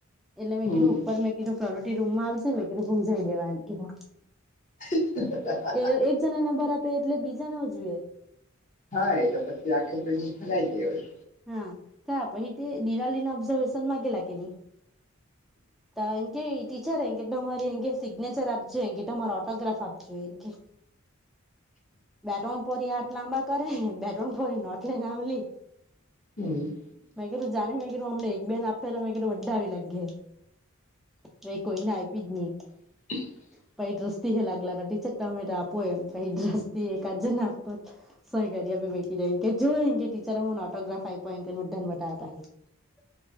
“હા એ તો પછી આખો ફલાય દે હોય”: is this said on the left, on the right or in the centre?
Left